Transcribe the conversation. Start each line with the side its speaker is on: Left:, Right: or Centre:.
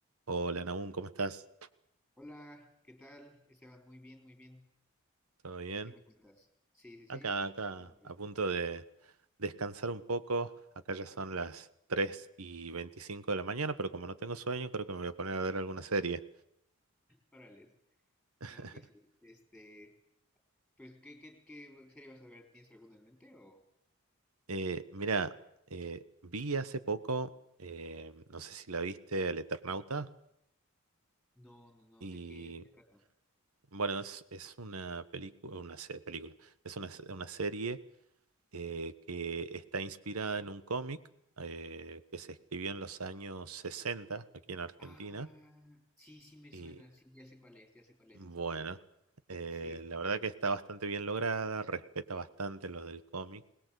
Right: Hola Nahum, ¿cómo estás?
Centre: Hola, ¿qué tal? Esteban, muy bien, muy bien.
Right: ¿Todo bien?
Centre: ¿Qué me cuentas? Sí, sí,
Right: Acá,
Centre: sí.
Right: acá,
Centre: Todo muy bien.
Right: a punto de descansar un poco. Acá ya son las 3 y 25 de la mañana, pero como no tengo sueño, creo que me voy a poner a ver alguna serie.
Centre: Órale.
Right: <laughs>
Centre: No, pues sí. Este, pues, ¿qué, qué, qué serie vas a ver? ¿Tienes alguna en mente o...?
Right: Eh, mira, eh, vi hace poco, eh, no sé si la viste, El Eternauta,
Centre: No, no, no,
Right: y
Centre: ¿de qué, de qué trata?
Right: bueno, es, es una película, una se- película, es una, se- una serie eh, que está inspirada en un cómic eh, que se escribió en los años 60 aquí en Argentina.
Centre: Ah, sí, sí me
Right: Y
Centre: suena, sí, ya sé cuál es, ya sé cuál
Right: bueno,
Centre: es, ya sé cuál es.
Right: eh,
Centre: Sí, sí,
Right: la
Centre: sí,
Right: verdad que
Centre: sí.
Right: está
Centre: sí.
Right: bastante bien lograda, respeta bastante lo del cómic.